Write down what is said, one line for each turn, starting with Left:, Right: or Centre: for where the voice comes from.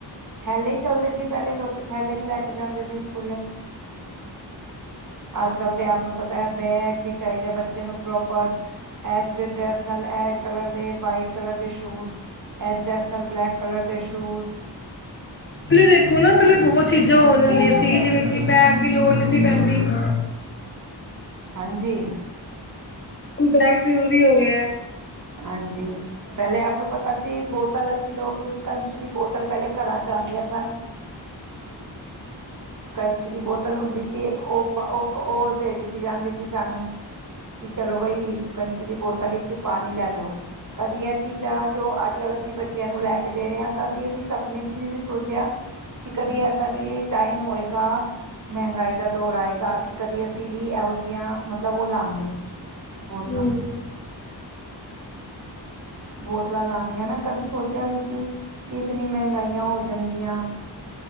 Right: ਥੈਲੇ ਈ ਚੱਲਦੇ ਸੀ ਪਹਿਲੇ ਲੋਕੀ ਥੈਲੇ ਚ ਲੈ ਕੇ ਜਾਂਦੇ ਸੀ ਸਕੂਲੇ ਅੱਜ-ਕੱਲ ਤੇ ਆਪ ਨੂੰ ਪਤਾ ਐ, ਬੈਗ ਵੀ ਚਾਈਦਾ ਬੱਚੇ ਨੂੰ ਪ੍ਰੋਪ ਪਰ ਇਸੇ ਡਰੈਸ ਨਾਲ ਇਹ ਕਲਰ ਦੇ ਵਾਈਟ ਕਲਰ ਦੇ ਸ਼ੂਜ ਪ ਐਸ ਡਰੈੱਸ ਨਾਲ ਬਲੈਕ ਕਲਰ ਦੇ ਸ਼ੂਜ਼
Left: ਪਹਿਲੇ ਦੇਖੋ ਨਾ ਪਹਿਲਾਂ ਬਹੁਤ ਚੀਜ਼ਾਂ ਹੋ ਜਾਂਦੀਆਂ ਸੀ ਜਿਵੇਂ ਕਿ ਬੈਗ ਦੀ ਲੋੜ ਨਈ ਸੀ ਪੈਂਦੀ। <inaudible>
Right: ਹਾਂਜੀ।
Left: ਹੁਣ ਬੈਗ ਜ਼ਰੂਰੀ ਹੋ ਗਿਆ ਐ।
Right: ਹਾਂਜੀ। ਪਹਿਲੇ ਆਪ ਨੂੰ ਪਤਾ ਸੀ ਬੋਤਲ ਅਸੀਂ ਲੋਕ ਕੰਚ ਦੀ ਬੋਤਲ ਪਹਿਲੇ ਘਰਾਂ ਚ ਆਂਦੀਆਂ ਸਨ। ਕੰਚ ਦੀ ਬੋਤਲ ਹੁੰਦੀ ਸੀ ਇੱਕ ਓਪ-ਓਪ ਉਹ ਦੇ ਦਿੱਤੀ ਜਾਂਦੀ ਸੀ ਸਾਨੂੰ ਵੀ ਚਲੋ ਬਾਈ ਕੰਚ ਦੀ ਬੋਤਲ ਵਿੱਚ ਪਾਣੀ ਲੈ ਜਾਓ। ਕਦੀ ਇਹ ਚੀਜ਼ਾਂ ਜੋ ਅੱਜ-ਕੱਲ੍ਹ ਅਸੀਂ ਬੱਚਿਆਂ ਨੂੰ ਲੈ ਕੇ ਦੇ ਰਹੇ ਹਾਂ ਕਦੀ ਅਸੀਂ ਸਪਨਿਆ ਵਿਚ ਵੀ ਨਈ ਸੋਚਿਆ। ਕਿ ਕਦੀ ਐਸਾ ਵੀ ਟਾਈਮ ਹੋਏ ਗਾ, ਮਹਿੰਗਾਈ ਦਾ ਦੌਰ ਆਏਗਾ ਕਿ ਕਦੇ ਅਸੀਂ ਵੀ ਇਹੋ ਜਿਹੀਆਂ ਮਤਲਬ ਉਹ ਲਾਗੇ। ਬੋਤਲਾ
Left: ਹੂੰ,
Right: ਬੋਤਲਾਂ ਲਾਗੇ ਨਾ ਕਦੀ ਸੋਚਿਆ ਨੀ ਸੀ ਕਿ ਇਤਨੀ ਮਹਿੰਗਾਈਆਂ ਹੋ ਜਾਣਗੀਆਂ।